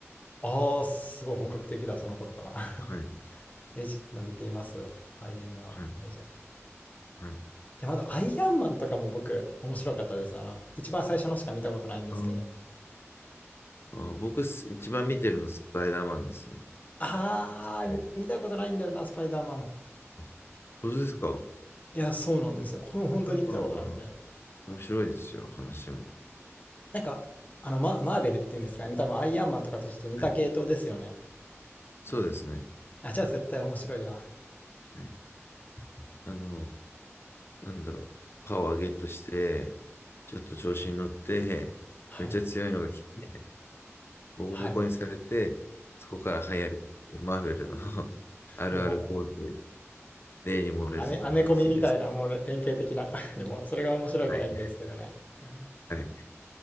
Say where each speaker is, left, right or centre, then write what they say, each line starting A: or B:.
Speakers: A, on the left; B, on the left.
A: あー、すごい本格的だ、その頃から。
B: はい。
A: <laughs> え、ちょっと見ています。アイアンマン、
B: はい。
A: レジェン。い
B: はい。
A: や、まだアイアンマンとかも僕、面白かったです。あの、一番最初のしか見たことないんですけど。
B: あーあー、僕す一番見てるのスパイダーマンですね。
A: ああ、
B: はい
A: 見たことないんだよな、スパイダーマン。
B: あ本当ですか
A: いや、そうなんですよ。ほん、本当に見たことなくて。
B: スパイダーマンは面白いですよ。話も。
A: なんか、あの、マ、マーベルっていうんですかね。多分アイアンマンとかとちょっと似た系統ですよね。
B: はい。そうですね。
A: あ、じゃあ絶対面白いや。
B: はい。あの、なんだろう。パワーゲットして、ちょっと調子に乗って、
A: はい。
B: めっちゃ強いのが来て、ボコボコにされて、
A: はい。
B: そこから流行る、マーベルの <laughs> あるある構成、
A: も
B: 例に漏れずの作品です。
A: アメ、アメコミみたいな、もうね、典型的な。<laughs> でも、それが面白いからいいんですけどね。
B: はい。
A: うん、
B: はい。